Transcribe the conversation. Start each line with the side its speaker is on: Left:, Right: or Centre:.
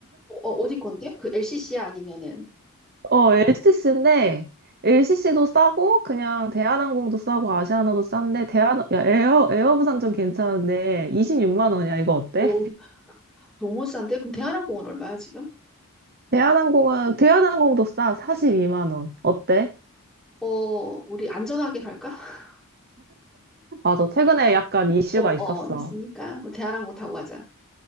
Centre: 어, 어디 건데? 그 LCC야 아니면은?
Right: 어, LCC인데 LCC도 싸고 그냥 대한항공도 싸고 아시아나도 싼데 대한 야, 에어 에어부산 좀 괜찮은데 26만 원이야. 이거 어때?
Centre: 오, 너무 싼데? 그럼 대한항공은 얼마야 지금?
Right: 대한항공은 대한항공도 싸. 42만 원. 어때?
Centre: 어, 우리 안전하게 갈까? <laughs>
Right: 맞아. 최근에 약간 이슈가
Centre: 어,
Right: 있었어.
Centre: 어, 있으니까. 우리 대한항공 타고 가자.